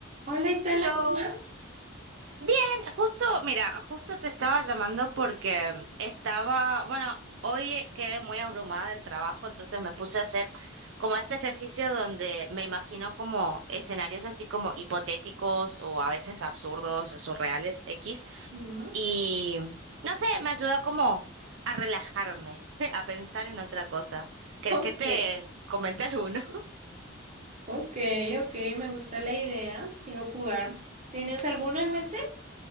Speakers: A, on the right; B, on the right.
A: Hola, Itana,
B: Hello.
A: ¿cómo vas?
B: Bien, justo, mira, justo te estaba llamando porque estaba, bueno, hoy quedé muy abrumada del trabajo, entonces me puse a hacer como este ejercicio donde me imagino como escenarios así como hipotéticos o a veces absurdos, surreales, X,
A: Ujú.
B: y no sé, me ayudó como a relajarme, <laughs> a pensar en otra cosa. ¿Crees
A: Ok,
B: que te comente alguno?
A: ok, ok, me gusta la idea. Quiero jugar. ¿Tienes alguno en mente?